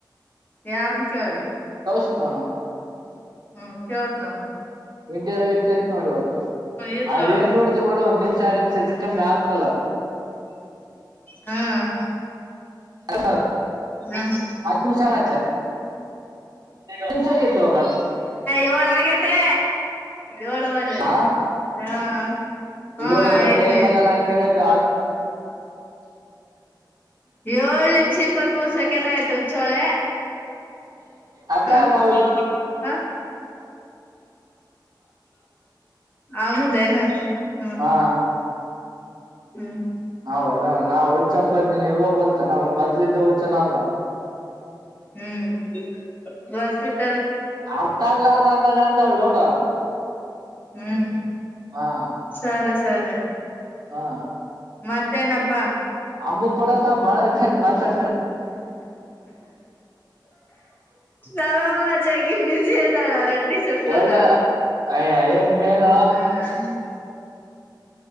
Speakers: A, on the left; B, on the right.
A: ಯಾರನ್ ಕೇಳಿ
B: ಕೌಸಿಪ್ನ
A: ಹ್ಮ ಕ ಹತನ
B: ಇಂಟಿರ್ ಇತ್ತು ಅಂತ ನೋಡಿ ಇ ಹೊತ್ತು
A: ಇರ್ಲ
B: ಅದೇಏನ್ ನೋಡತ ಬಿಡು ಒಂದ್ ನಿ ಲ ಸಚ್ಕ ಮ್ಯಾಗ
A: ಹ್ಮ್
B: ಅ
A: ಹ್ಮ್
B: ಆ ತುಮ ಶಂಗತ್ಲ ಹನ್ಸತ್ತುು ಅ
A: ಏಳ ಆಗೇತೆ ಏಳುವರೆ
B: ಹ
A: ಹಾ ಹಾ
B: ಏಳುವರ
A: ಐದನೇ
B: ಟೈಮ್ ಎಲ್ಲ ನಾ ಕೇಳಿದ್ದ
A: ಏಳ್ ನಿಮಿಷ ಇಪ್ಪತ್ತ್ ಮೂರು ಸೆಕೆಂಡ್ ಆಯ್ತು ತವು ಚಳ
B: ಅಕ್ಕ
A: ಹಾ
B: ನಾವು
A: ಹ ಅವದ ನ ಹ್ಮ್
B: ಹಾ
A: ಹ್ಮ್
B: ಹೌದಾ ನಾವು ಹುಚಂಬದ್ ನೀನ್ ಇವಾಗ ಗೊತ್ತ ನ ಮೊದ್ಲಿದ್ದ ಹುಚ ನಾನ
A: ಹ್ಮ್ ಬರ್ತಿದ್ದ
B: ಅರ್ಥ ಆಗ್ ಅರ್ ಅಂದ ನ ಅಂದಾಳ ನೋಡ
A: ಹ್ಮ್
B: ಹಾ
A: ಸರಿ ಸರಿ
B: ಹಾ
A: ಮತ್ತೇನಪ್ಪಾ
B: ಅಂಬು ಕೊಡಕ ಬಾಳ ಇ ಮಾತ್ರ
A: ನಮ್ಮಮ್ಮ ಜಗ್ಗಿ ಬಿಸಿ ಇದ್ದಾಳ ರೊಟ್ಟಿ ಸುಡ್ತದಾಳ
B: ಒಲ್ಡ ಅಯ ಮೇನ್
A: ಹ